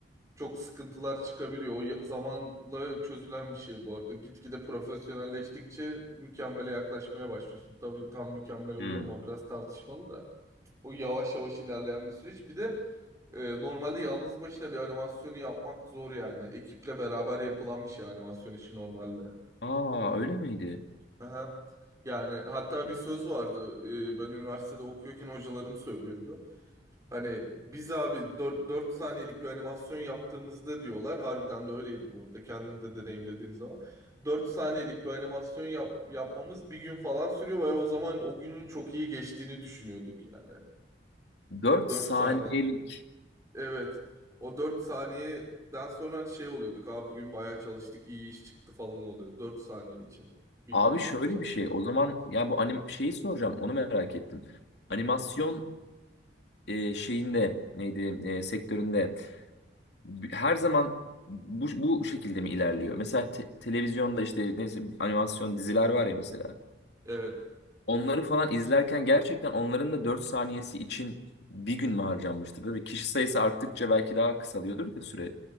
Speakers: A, on the right (about 15°); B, on the left (about 65°).
A: çok sıkıntılar çıkabiliyor o ya- zamanla çözülen bir şey bu arada gitgide profesyonelleştikçe mükemmele yaklaşmaya başlıyorsun tabii tam mükemmel oluyor
B: Hmm.
A: mu o biraz tartışmalı da. O yavaş yavaş ilerleyen bir süreç. Bir de e, normalde yalnız başına bir animasyonu yapmak zor yani. Ekiple beraber yapılan bir şey animasyon işi normalde.
B: Aa öyle miydi?
A: Aha. Yani hatta bir söz vardı. e, ben üniversitede okuyorken hocalarım söylüyordu. Hani biz abi 4 saniyelik bir animasyon yaptığımızda diyorlar. Harbiden de öyleydi bu arada. Kendim de deneyimlediğim zaman. 4 saniyelik bir animasyon yap, yapmamız bir gün falan sürüyor ve o zaman o günün çok iyi geçtiğini düşünüyorduk yani.
B: 4
A: 4
B: saniyelik.
A: saniye. Evet. O 4 saniyeden sonra hani şey oluyorduk. Aa bugün bayağı çalıştık, iyi iş çıktı falan oluyor. dört saniye için. Bir
B: Abi
A: günlük
B: şöyle
A: çalışma.
B: bir şey. O zaman ya bu
A: Hı.
B: anim şeyi soracağım. Onu merak ettim. Animasyon
A: Hı.
B: e, şeyinde neydi e, sektöründe b- her zaman bu, bu şekilde mi ilerliyor? Mesela te- televizyonda işte neyse animasyon diziler var ya mesela.
A: Evet.
B: Onları falan izlerken gerçekten onların da 4 saniyesi için bir gün mü harcanmıştır? Tabii kişi sayısı arttıkça belki daha kısalıyordur da süre.